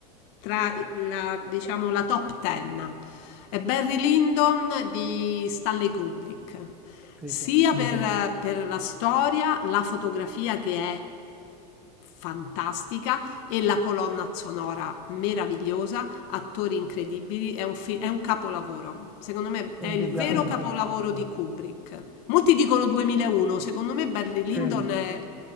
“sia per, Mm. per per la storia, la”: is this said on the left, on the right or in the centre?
Left